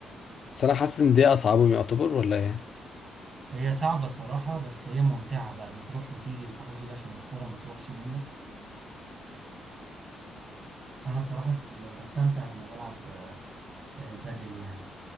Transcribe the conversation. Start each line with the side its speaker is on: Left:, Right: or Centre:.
Left: بس انا حاسس ان دي اصعبهم يعتبر ولا ايه
Right: هي صعبة الصراحة بس هي ممتعة بقى بتروح وتيجي بتروح وتيجي عشان الكورة ما تروحش منك انا صراحة س- بستمتع لما بلعب آه، آه، بادل يعني